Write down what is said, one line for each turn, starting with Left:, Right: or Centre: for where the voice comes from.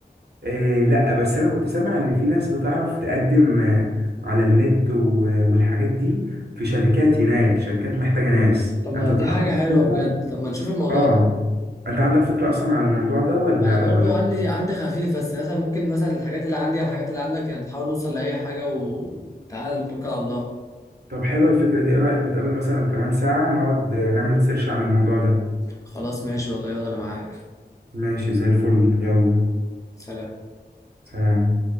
Right: إيه لا بس انا كنت سامع ان في ناس بتعرف تقدم آه، على النت و- والحاجات دي في شركات هناك شركات محتاجة ناس
Left: طب ما
Right: انت ت-
Left: دي
Right: عندك
Left: حاجة حلوة
Right: فكرة
Left: بجد طب ما نشوف الموضوع
Right: اه
Left: ده
Right: انت عندك فكرة اصلا عن الموضوع ده ولا
Left: أنا برضو
Right: ولا
Left: عندي عندي خفيف بس مثلا ممكن مثلا الحاجات اللي عندي على الحاجات اللي عندك يعني نحاول نوصل لأي حاجة وتعال نتوكل على الله
Right: طب حلوة الفكرة دي ايه رأيك نتقابل مثلا كمان ساعة نقعد آه، نعمل سيرش عن الموضوع ده
Left: خلاص ماشي والله يلا أنا معاك
Right: ماشي زي الفل يلا
Left: سلام
Right: سلام